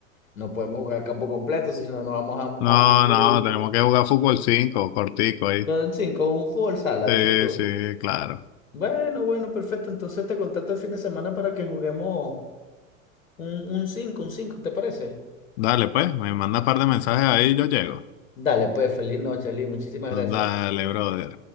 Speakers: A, on the left; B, on the left.
A: no podemos jugar campo completo, si no nos vamos
B: No,
A: a, a morir
B: no, tenemos que jugar fútbol 5 cortico ahí.
A: con, sí, con un fútbol sala,
B: Sí,
A: dices tú.
B: sí, claro.
A: Bueno, bueno, perfecto. Entonces te contacto el fin de semana para que juguemos un 5 un cinco ¿te parece?
B: Dale, pues, me manda un par de mensajes ahí y yo llego.
A: Dale, pues, feliz noche, Lee. Muchísimas gracias.
B: Dale, brother.